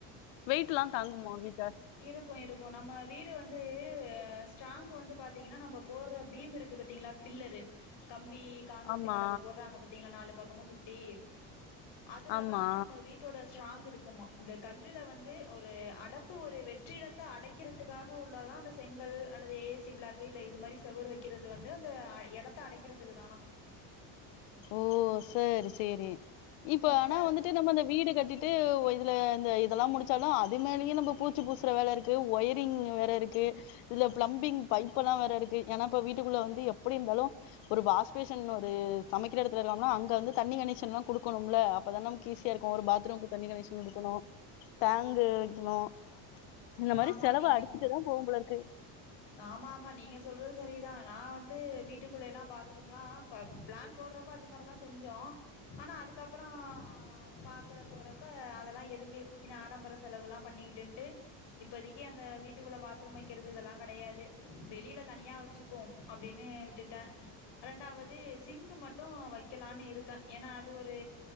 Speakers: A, on the left; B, on the left.
A: வெயிட்லா தாங்குமா வீட்ட
B: இருக்கும் இருக்கும் நம்ம வீடு வந்து ஸ்ட்ராங்க் வந்து பாத்தீங்கன்னா நம்ம போடுற பீம் இருக்கு பாத்தீங்களா ஃபில்லரு கம்பி கான்கிரீட்டு்
A: ஆமா,
B: கலவ போட்றாங்க பாத்தீங்களா நாலு பக்கமு சுத்தி அதுலதா
A: ஆமா.
B: நம்ம வீட் டோட ஸ்ட்ராங் இருக்குமா இந்த கல் கல்லுல வந்து ஒரு அடப்பு ஒரு வெற்றிடத்த அடைக்கிறதுக்காக உள்ளதா அந்த செங்கல் அல்லது ஏ ஐ சி பிளாக் க்கு இல்ல இது மாரி செவுர் வக்கிறது வந்து அந்த எடத்த அடைக்கறதுக்கு தானா
A: ஓ சரி சேரி இப்ப
B: மொத்த
A: ஆனா வந்துட்டு நம்ம இந்த வீடு கட்டிட்டு ட்டு இதுல இந்த இதெல்லா முடிச்சாலும் அது மேலேயும் நம்ம பூச்சி பூசுற வேல இருக்கு ஒயரிங் வேற இருக்கு இதுல பிளம்பிங் பைப் எல்லா வேற இருக்கு ஏன்னா இப்ப வீட்டுக்குள்ள வந்து எப்டி இருந்தாலு ஒரு வாஷ்பேஷன் ஒரு சமைக்கிற எடத்துல இல்லாமனா அங்க வந்து தண்ணி கனெக்சன்லா குடுக்கணும்ல அப்பதா நமக்கு ஈஸியா இருக்கும் ஒரு பாத்ரூமுக்கு தண்ணி கனெக்சன் குடுக்கணு டேங்கு வக்கணு இந்த மாரி
B: ஆமா
A: செலவு
B: நீங்க
A: அடிக்கிட்டேதா போவும் போல இருக்கு
B: ஆமா ஆமா நீங்க சொல்றது சரிதா நா வந்து வீட்டுக்குள்ளல்லா பாத்ரூம்லா இப்ப பிளான் போடுறப்ப அது மாரிதா செஞ்சோ ஆனா அதுக்கப்புற பாக்கற போறப்ப அதெல்லா எதுக்கு ஆடம்பர செலவுலா பண்ணிக்கிட்டுன்ட்டு இப்பதிக்கி அந்த வீட்டுக்குள்ள பாத்ரூம் வக்கிறது இதெல்லா கெடையாது வெளியில தனியா வச்சிப்போ அப்படின்னு விட்டுட்ட ரெண்டாவது சிங்க்கு மட்டு வக்கலானு இருக்க ஏன்னா அது ஒரு